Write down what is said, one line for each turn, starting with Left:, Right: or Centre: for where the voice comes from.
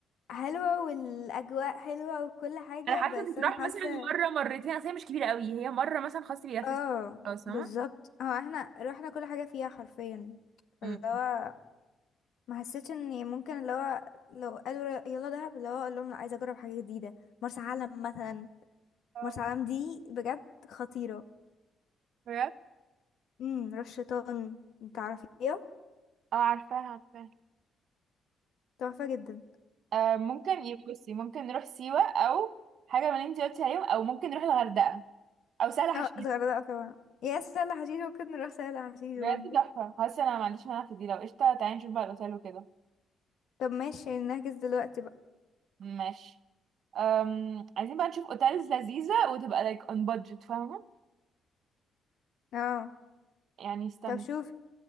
Left: حلوه والاجواء حلوه وكل حاجه
Right: انا حاسه
Left: بس
Right: تتراح
Left: انا حاسه
Right: مثلا مره مرتين اصل هي مش كبيره قوي هي مره مثلا خلاص بيلفت
Left: اه
Right: خلاص
Left: بالظبط
Right: فاهمه
Left: هو احنا رحنا كل حاجه فيها حرفيا فاللي
Right: أمم.
Left: هو ما حسيتش اني ممكن اللي هو لو قالوا يلا دهب اللي هو اقول لهم لا عايزه اجرب حاجه جديده مرسى علم مثلا
Right: اه
Left: مرسى علم دي بجد خطيره
Right: بجد
Left: امم رش شيطان تعرفيها
Right: اه عارفاه عارفاه
Left: تحفه جدا
Right: آه ممكن ي- بصي ممكن نروح سيوة او حاجة من اللي انت قلتي عليهم او ممكن نروح الغردقة او سهل
Left: اه
Right: حشيش
Left: الغردقة طبعا يا سهل حشيش ممكن نروح سهل حشيش
Right: بجد
Left: برضه
Right: تحفة خلاص انا ما عنديش مانع في دي لو قشطة تعالي نشوف بقى الاوتيل وكده
Left: طب ماشي نحجز دلوقتي بقى
Right: ماشي أم... عايزين بقى نشوف اوتيلز لذيذة وتبقى like on budget فاهمة
Left: اه
Right: يعني استنى
Left: طب شوفي